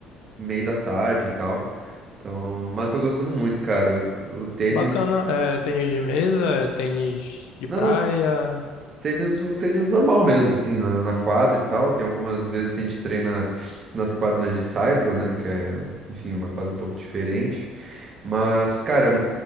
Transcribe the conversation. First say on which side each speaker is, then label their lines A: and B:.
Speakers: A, on the right (about 30°); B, on the left (about 75°).
A: meio da tarde e tal. Então, mas tô gostando muito, cara. O, o tênis.
B: Bacana. É, tênis de mesa, é, tênis de praia.
A: Não, não, Tênis, o tênis normal mesmo, assim, na, na quadra e tal. Tem algumas vezes que a gente treina nas quadras de saibro, né? Que é, enfim, uma quadra um pouco diferente. Mas, cara,